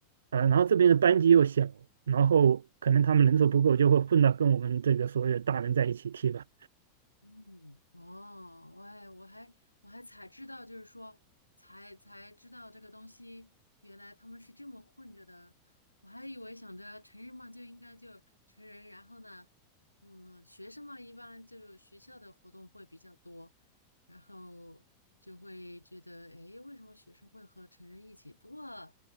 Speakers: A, on the right; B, on the left.
A: 啊，然后这边的班级又小，然后可能他们人数不够，就会混到跟我们这个所有大人在一起踢吧。
B: 嗯，哦，我还我还我还才知道，就是说才才知道这个东西，原来他们是这么混着的。我还以为想着成人嘛就应该就成人，然后呢，嗯，学生嘛一般就学校的活动会比较多，然后就会觉得，诶，为什么学生会和成人一起？不过